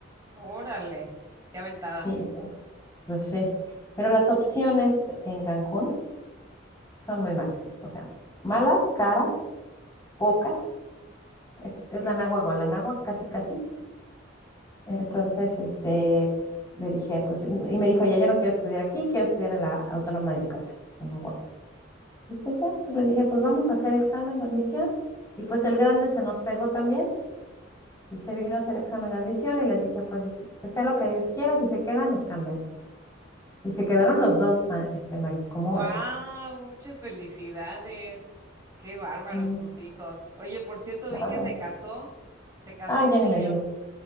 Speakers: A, on the right; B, on the left.
A: Órale, qué aventada.
B: Sí, entonces, lo sé. Pero las opciones en Cancún son muy malas. O sea, malas, caras, pocas. Es, es la náhuatl, la náhuatl, casi, casi. Entonces, este, le dije, pues, y y me dijo, ya, yo no quiero estudiar aquí, quiero estudiar en la Autónoma de Yucatán, en la UAD. Y pues ya, entonces le dije, pues vamos a hacer examen de admisión. Y pues el grande se nos pegó también y se vino a hacer examen de admisión y les dije, pues, que sea lo que Dios quiera, si se quedan, nos cambiamos. Y se quedaron los dos, ah, este, Maggie, ¿cómo
A: ¡Wow!
B: ves?
A: Muchas felicidades. Qué bárbaros
B: Sí,
A: tus hijos. Oye, por cierto,
B: la
A: vi
B: verdad.
A: que se casó, se casó
B: Ah,
A: tu
B: ya
A: niño.
B: ni me digas.